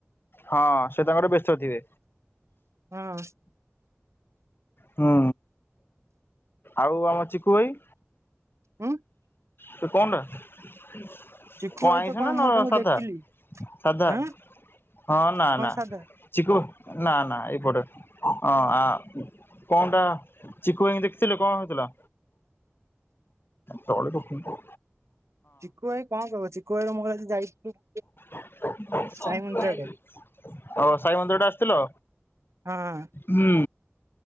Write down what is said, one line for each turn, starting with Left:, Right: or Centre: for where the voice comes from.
Left: ହଁ ସେ ତାଙ୍କରେ ବ୍ୟସ୍ତ ଥିବେ।
Right: ହଁ।
Left: ହୁଁ ଆଉ ଆମ ଚିକୁଭାଇ?
Right: ହଁ
Left: ସେ କଣଟା? କଣ
Right: ଚିକୁୁ ଭାଇ
Left: ଆଇଁସନା
Right: ତ କଣ
Left: ନ
Right: ମୁଁ ତାଙ୍କୁ
Left: ସାଧା
Right: ଦେଖିଲି
Left: ସାଧା?
Right: ଆଁ
Left: ହଁ ନା
Right: କଣ
Left: ନା
Right: ସାଧା
Left: ଚିକୁ ନା ନା ଏଇପଟେ ହଁ ଆ। କଣ ଟା ଚିକୁ ଭାଇଙ୍କି ଦେଖିଥିଲେ କଣ ହୋଉଥିଲା? ତଳେ ରଖୁନୁ।
Right: ଚିକୁ ଭାଇ କଣ କହିବ? ଚିକୁ ଭାଇର ମୋର ଆଜି ଯାଇଥିଲୁ
Left: ହ
Right: ସାଇ ମନ୍ଦିର ଆଡେ
Left: ସାଇ ମନ୍ଦିର ଟା ଆ ଥିଲ।
Right: ହଁ
Left: ହଁ